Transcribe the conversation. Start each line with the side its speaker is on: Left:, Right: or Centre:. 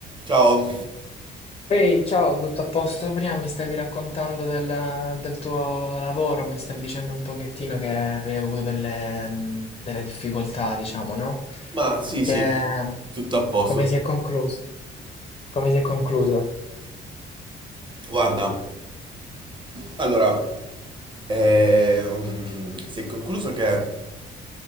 Right: Ciao,
Left: Ehi, ciao, tutto a posto? Prima mi stavi raccontando del, del tuo lavoro, mi stavi dicendo un pochettino che avevi avuto delle, mh, delle difficoltà, diciamo, no?
Right: ma sì,
Left: Che,
Right: sì, tutto a posto.
Left: come si è concluso? Come si è concluso?
Right: Guarda, allora, ehm, si è concluso che